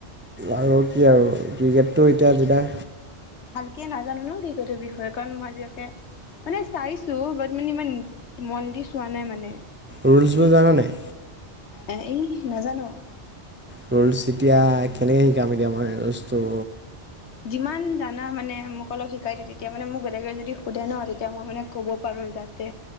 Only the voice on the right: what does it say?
আৰু কি আৰু ক্ৰিকেটটো এতিয়া যেতিয়া।
ৰুুলছবোৰ জান নাই।
ৰোলচ এতিয়া কেনেকে শিকাম এতিয়া মই ৰোলচটো।